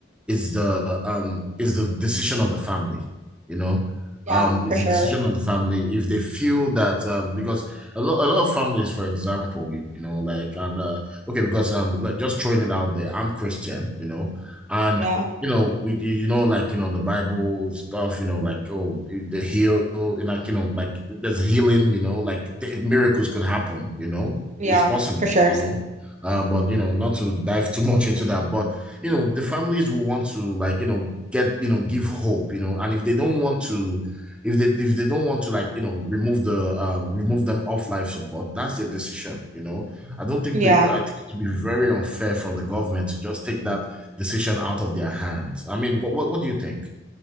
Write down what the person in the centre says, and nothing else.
is the um is the decision of the family, you know.
Um,
it's
the decision of the family if they feel that um, because a lot a lot of families, for example, you know, like and uh, okay, because um, like, just throwing it out there, I'm Christian, you know, and
you know, we you know, like you know, the Bible stuff, you know, like oh, the heal, and like you know, like there's healing, you know, like th- miracles could happen, you know,
it's possible,
you know, uh, but you know, not to dive too much into that, but you know the families will want to like you know get you know give hope you know and if they don't want to if they if they don't want to like you know remove the um remove them off life support that's their decision you know i don't think
the i think it would be very unfair for the government to just take that decision out of their hands i mean what what, what do you think